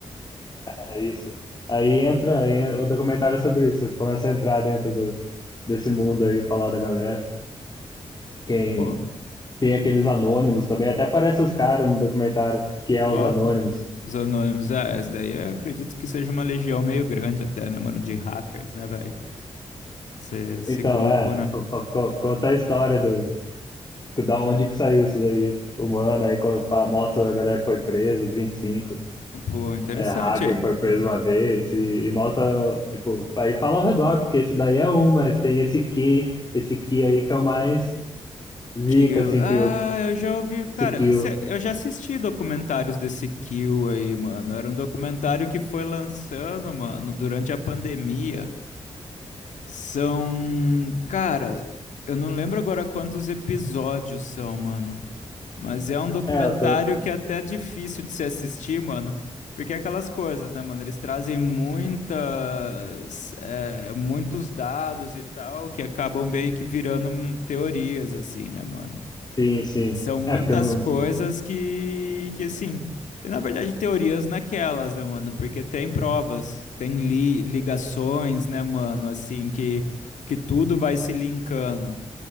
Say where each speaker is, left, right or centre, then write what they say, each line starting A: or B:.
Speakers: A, on the left (about 35°); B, on the left (about 75°).
A: é isso. Aí entra aí, o documentário é sobre isso. Começa a entrar dentro do, desse mundo aí, falar da galera. Quem
B: Pô,
A: tem aqueles anônimos também, até aparece os caras no documentário, que é os
B: ó,
A: anônimos.
B: os anônimos. É, essa daí eu acredito que seja uma legião meio grande até, né, mano, de hackers, né, velho? Esse, esse
A: Então,
B: grupo,
A: é,
B: né?
A: co- co- conta a história do, Da onde que saiu isso daí? Humana, aí quando fa- mostra a galera que foi presa, os 25,
B: Pô, interessante.
A: é, hacker que foi preso uma vez, e, e mostra, tipo, aí fala ao redor, porque esse daí é um, mas tem esse que, esse que aí que é o mais zica,
B: Kill.
A: assim,
B: Ah,
A: que eu,
B: eu já ouvi, cara,
A: esse que eu,
B: cê- eu já assisti documentários desse Kill aí, mano. Era um documentário que foi lançando, mano, durante a pandemia. São. Cara, eu não lembro agora quantos episódios são, mano. Mas é um documentário
A: é, eu tô,
B: que é até difícil de se assistir, mano. Porque é aquelas coisas, né, mano? Eles trazem muitas. é, muitos dados e tal, que acabam meio que virando hum, teorias, assim, né, mano?
A: sim, sim,
B: E São muitas
A: é, porque eu não,
B: coisas que, que assim, e, na verdade, teorias naquelas, né, mano? Porque tem provas, tem li- ligações, né, mano? Assim, que, que tudo vai se linkando.